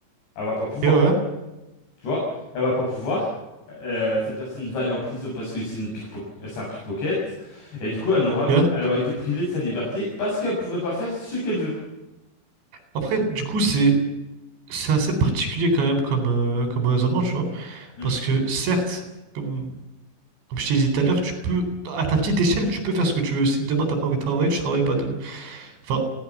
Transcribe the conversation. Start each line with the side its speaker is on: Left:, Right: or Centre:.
Left: Elle va pas pouvoir.
Right: ouais,
Left: Tu vois? Elle va pas pouvoir. Euh, cette personne va aller en prison parce que c'est une pickpo- c'est un pickpocket. Et du coup, elle n'aura,
Right: ok.
Left: elle aurait été privée de sa liberté parce qu'elle pouvait pas faire ce qu'elle veut.
Right: Après, du coup, c'est c'est assez particulier quand même comme, euh, comme raisonnement, tu vois.
Left: Hmm.
Right: Parce que certes, comme, comme je t'ai dit tout à l'heure, tu peux, à ta petite échelle, tu peux faire ce que tu veux. Si demain, t'as pas envie de travailler, tu travailles pas, t'as vu. Enfin,